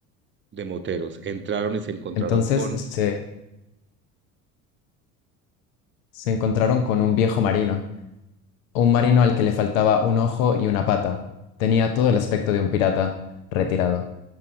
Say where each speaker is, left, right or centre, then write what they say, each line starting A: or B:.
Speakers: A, on the right; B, on the left.
A: de moteros. Entraron y se encontraron
B: Entonces
A: con,
B: se, se encontraron con un viejo marino, un marino al que le faltaba un ojo y una pata. Tenía todo el aspecto de un pirata retirado.